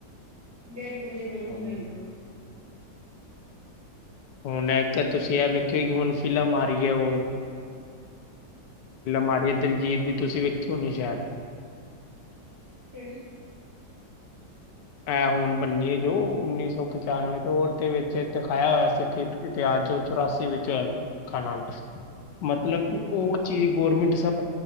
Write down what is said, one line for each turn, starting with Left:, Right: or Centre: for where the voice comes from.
Right: ਬਿਲਕੁਲ ਜੀ, ਬਿਲਕੁਲ-ਬਿਲਕੁਲ।
Left: ਹਾਂਜੀ, ਹੂਨ ਐਕਾ ਤੁਸੀਂ ਐ ਵੇਖਿਓ ਕਿ ਹੂਨ ਫਿਲਮ ਆ ਰੀ ਏ ਓ ਫਿਲਮ ਆ ਰੀ ਏ ਦਿਲਜੀਤ ਦੀ ਤੁਸੀ ਵੇਖੀ ਹੋਨੀ ਏ ਸ਼ੈਦ।
Right: ਕੇੜੀ?
Left: ਐ ਹੂਨ ਬੰਨੀ ਏ ਜੋ ਉੱਨੀ ਸੌ ਪਚਾਨਵੇਂ ਦੌਰ ਦੇ ਵਿੱਚ ਦਖਾਇਆ ਹੋਇਆ ਸਿੱਖ ਇਤਿਹਾਸ ਜੋ ਚੁਰਾਸੀ ਵਿੱਚ ਹੋਇਆ ਸਿੱਖਾਂ ਨਾਲ। ਮਤਲਬ
Right: ਹਮ
Left: ਕਿ ਓਹ ਚੀਜ ਗੌਰਮੈਂਟ ਸਭ